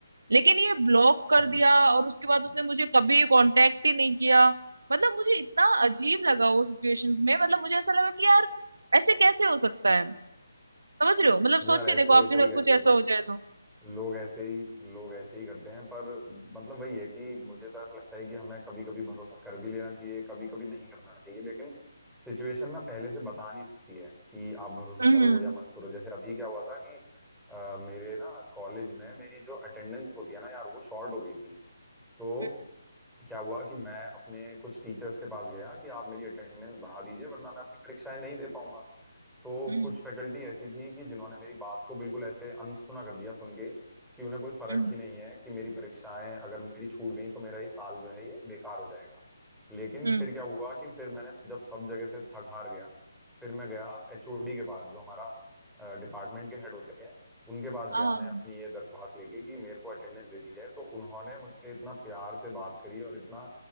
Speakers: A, on the right; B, in the centre.
A: लेकिन ये ब्लॉक कर
B: हम्म,
A: दिया
B: यार
A: और उसके
B: सच
A: बाद उसने
B: में
A: मुझे कभी कांटेक्ट ही नहीं किया मतलब मुझे इतना अजीब लगा वो सिचुएशन में मतलब मुझे ऐसा लगा कि यार ऐसे कैसे हो सकता है समझ रहे हो मतलब
B: यार
A: सोच के
B: ऐसे
A: देखो आपके
B: सही
A: साथ
B: कह
A: कुछ
B: रही हो
A: ऐसा
B: तुम
A: हो जाए तो
B: लोग ऐसे ही लोग ऐसे ही करते हैं पर मतलब वही है कि मुझे तो ऐसा लगता है कि हमें कभी कभी भरोसा कर भी लेना चाहिए कभी कभी नहीं करना चाहिए लेकिन सिचुएशन ना पहले से बता नहीं सकती है कि आप भरोसा
A: हम्म
B: करो या मत करो जैसे अभी क्या हुआ था कि अ, मेरे ना कॉलेज में मेरी जो अटेंडेंस होती है ना यार वो शॉर्ट हो गई थी तो
A: हम्म
B: क्या हुआ कि मैं अपने कुछ टीचर्स के पास गया कि आप मेरी अटेंडेंस बढ़ा दीजिए वरना मैं अपनी परीक्षाएं नहीं दे पाऊंगा तो
A: हम्म
B: कुछ फैकल्टी ऐसी थी कि जिन्होंने मेरी बात को बिल्कुल ऐसे अनसुना कर दिया सुन के कि उन्हें कोई फर्क
A: हम्म
B: ही नहीं है कि मेरी परीक्षाएं अगर मेरी छूट गई तो मेरा ये साल जो है ये बेकार हो जाएगा लेकिन
A: हम्म,
B: फिर क्या हुआ कि फिर मैंने जब सब जगह से थक हार गया फिर मैं गया एचओडी के पास जो हमारा डिपार्टमेंट के हेड होते हैं उनके पास गया
A: हाँ हाँ
B: मैं
A: हाँ,
B: अपनी ये दरख्वास्त लेके कि मेरे को अटेंडेंस दे दी जाए तो उन्होंने मुझसे इतना प्यार से बात करी और इतना